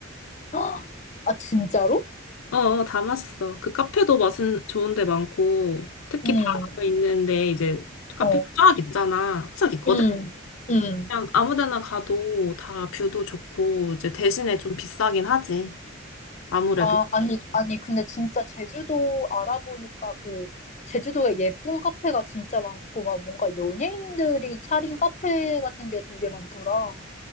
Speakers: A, on the left; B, on the left.
A: 헉, 아, 진짜로?
B: 어, 어, 다 맛있어. 그 카페도 맛은 좋은 데 많고, 특히
A: 응
B: 바로 있는데 이제 카페가
A: 어,
B: 쫙 있잖아. 쫙 있거든?
A: 응응
B: 그냥 아무 데나 가도 다 뷰도 좋고, 이제 대신에 좀 비싸긴 하지. 아무래도.
A: 아, 아니, 아니, 근데 진짜 제주도 알아보니까 그, 제주도에 예쁜 카페가 진짜 많고, 막 뭔가 연예인들이 차린 카페 같은 게 되게 많더라.